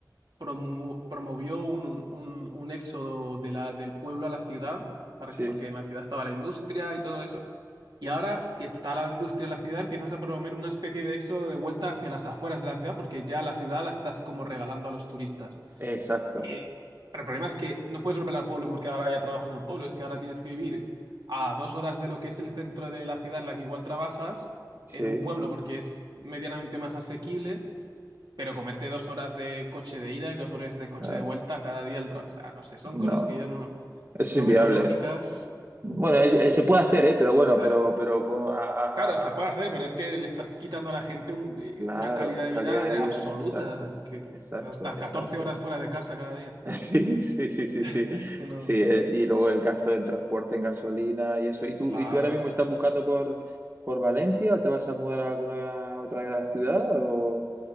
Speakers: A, on the right; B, on the right.
A: promo- promovió un, un- un éxodo de la, del pueblo a la ciudad, para
B: sí,
A: que, porque en la ciudad estaba la industria y todo eso. Y ahora que está la industria en la ciudad, empiezas a promover una especie de éxodo de vuelta hacia las afueras de la ciudad, porque ya la ciudad la estás como regalando a los turistas.
B: exacto,
A: Y, pero el problema es que no puedes volver al pueblo porque ahora ya trabajo en el pueblo, es que ahora tienes que vivir a dos horas de lo que es el centro de la ciudad en la que igual trabajas,
B: sí,
A: en un pueblo porque es medianamente más asequible pero comerte dos horas de coche de ida y dos horas de coche
B: claro,
A: de vuelta cada día al trabajo. O sea, no sé, son
B: no,
A: cosas
B: no,
A: que yo no,
B: eso
A: no
B: es inviable.
A: veo lógicas.
B: Bueno, eh, eh, se puede hacer, ¿eh? Pero bueno,
A: Claro.
B: pero, pero con, ah, ah,
A: Claro, se puede
B: ah,
A: hacer, pero es que le estás quitando a la gente un- eh,
B: claro,
A: una calidad de
B: calidad
A: vida
B: de vida,
A: eh, absoluta.
B: exacto,
A: Es que, que
B: exacto,
A: vas a estar
B: exacto.
A: 14 horas
B: <laughs>
A: fuera de casa cada día.
B: Sí, sí, sí, sí,
A: <laughs>
B: sí,
A: Es que no.
B: sí, eh, y luego el gasto del transporte en gasolina y eso. ¿Y tú,
A: Claro.
B: y tú ahora mismo estás buscando por, por Valencia o te vas a mudar a alguna otra ciudad o